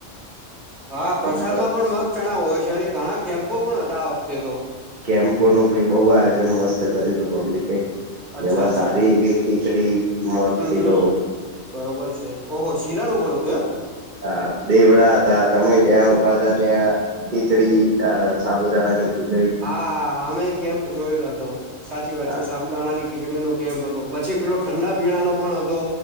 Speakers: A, on the right; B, on the right.
A: હા પ્રસાદમાં
B: અને
A: પણ મગ ચણા હોય છે અને ઘણા કેમ્પો પણ હતા આ વખ્તે તો.
B: કેમ્પોનું બી બઉ આયોજન મસ્ત કરેલુ, પબ્લિકે.
A: અચ્છા
B: એમાં
A: અચ્છા
B: સારી એવી ખીચડી, મગ,
A: હમ
B: શીરો,....
A: હમ બરોબર છે. ઓહો! શીરાનું પણ હતું એમ.
B: હા દેવડા અતા, તમે જ્યાં ઊભા હતા ત્યાં. ખીચડી અ સાબુદાણા ની ખી
A: હા હમે કેમ્પ જોયેલો હતો સાચી વાત
B: અ
A: છે, સાબૂ દાણાની ખીચડીનો કેમ્પ હતો, પછી પેલો ઠંડા પીણા નો પણ હતો